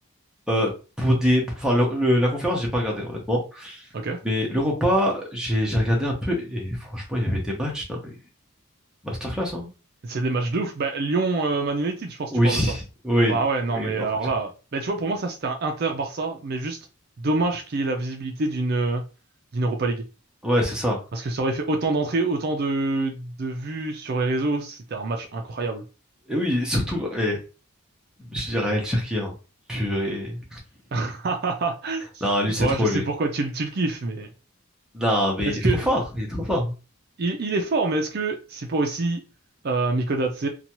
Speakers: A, in the centre; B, on the right (about 45°).
A: euh, pour des, pour- enfin, le- le- la conférence, j'ai pas regardé, honnêtement.
B: Ok.
A: Mais l'Europa, j'ai, j'ai regardé un peu et franchement, il y avait des matchs, non, mais masterclass, hein.
B: C'est des matchs de ouf. Bah, Lyon, euh, Man United, je pense
A: Oui,
B: que tu parles de ça.
A: oui,
B: Bah ouais, non,
A: oui.
B: mais alors
A: en fait.
B: là, bah tu vois, pour moi, ça c'était un Inter-Barça, mais juste dommage qu'il y ait la visibilité d'une euh, d'une Europa League.
A: ouais, c'est ça.
B: Parce que ça aurait fait autant d'entrées, autant de, de vues sur les réseaux, c'était un match incroyable.
A: Et oui, surtout, et, je dirais El Cherki, hein. Purée.
B: <laughs>
A: Non, lui,
B: Bon,
A: c'est trop,
B: je sais
A: lui.
B: pourquoi tu, le- tu le kiffes, mais
A: Non, mais
B: est-ce
A: il est
B: que
A: trop fort, il est trop fort.
B: il, il est fort, mais est-ce que c'est pas aussi euh, Mikodate,